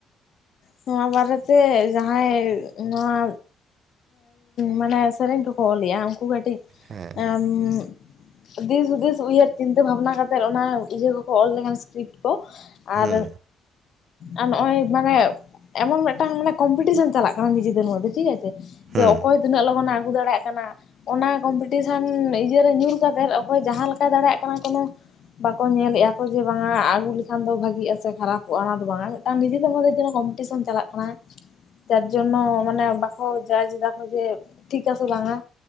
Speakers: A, on the left; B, on the right.
A: ᱱᱚᱣᱟ ᱵᱟᱨᱮᱛᱮ ᱡᱟᱦᱟᱸᱭ ᱱᱚᱣᱟ᱾ ᱢᱟᱱᱮ ᱥᱮᱨᱮᱧ ᱠᱚᱠᱚ ᱚᱞ ᱮᱜᱼᱟ ᱩᱱᱠᱩ ᱠᱟᱹᱴᱤᱡ
B: ᱦᱮᱸ
A: ᱮᱸᱸᱸᱸᱢ᱾ ᱫᱤᱥ ᱦᱩᱫᱤᱥ ᱩᱭᱦᱟᱹᱨ ᱪᱤᱱᱛᱟᱹ ᱵᱷᱟᱵᱱᱟ ᱠᱟᱛᱮᱫ ᱚᱱᱟ ᱤᱭᱟᱹ ᱠᱚᱠᱚ ᱚᱞ ᱞᱮᱠᱷᱟᱱ ᱥᱠᱨᱤᱯᱴ ᱠᱚ᱾ ᱟᱨ
B: ᱦᱩᱸ
A: ᱟᱨ ᱱᱚᱜᱼᱚᱭ ᱢᱟᱱᱮ᱾ ᱮᱢᱚᱱ ᱢᱤᱫᱴᱟᱝ ᱢᱟᱱᱮ ᱠᱚᱢᱯᱤᱴᱤᱥᱮᱱ ᱪᱟᱞᱟᱜ ᱠᱟᱱᱟ ᱱᱤᱡᱮ ᱫᱷᱮᱨ ᱢᱚᱫᱫᱷᱮ ᱴᱷᱤᱠ ᱟᱪᱷᱮ ᱡᱮ
B: ᱦᱩᱸ
A: ᱚᱠᱚᱭ᱾ ᱛᱤᱱᱟᱹᱜ ᱞᱚᱜᱚᱱᱮ ᱟᱹᱜᱩ ᱫᱟᱲᱮᱭᱟᱜ ᱠᱟᱱᱟ᱾ ᱚᱱᱟ ᱠᱚᱢᱯᱤᱴᱤᱥᱮᱱ ᱤᱭᱟᱹᱨᱮ ᱧᱩᱨ ᱠᱟᱛᱮᱫ ᱚᱠᱚᱭ ᱡᱟᱦᱟᱸ ᱞᱮᱠᱟᱭ ᱫᱟᱲᱮᱭᱟᱜ ᱠᱟᱱᱟ ᱠᱳᱱᱳ᱾ ᱵᱟᱠᱚ ᱧᱮᱞᱮᱜᱼᱟ ᱠᱚ ᱡᱮ ᱵᱟᱝ ᱟᱜᱩ ᱞᱮᱠᱷᱟᱱ ᱫᱚ ᱵᱷᱟᱜᱤᱜᱼᱟ ᱥᱮ ᱠᱷᱟᱨᱟᱯᱚᱜᱼᱟ ᱚᱱᱟ ᱫᱚ ᱵᱟᱝᱼᱟ ᱢᱤᱫᱴᱟᱱ ᱱᱤᱡᱮ ᱢᱚᱫᱽᱫᱷᱮ ᱡᱮᱱᱚᱼᱼ ᱴᱤᱥᱚᱱ ᱪᱟᱞᱟᱜ ᱠᱟᱱᱟ᱾ ᱡᱟᱨᱡᱚᱱᱱᱚ ᱢᱟᱱᱮ ᱵᱟᱠᱚ ᱡᱟᱡ ᱫᱟᱠᱚ ᱡᱮ ᱴᱷᱤᱠ ᱟᱥᱮ ᱵᱟᱝᱟ᱾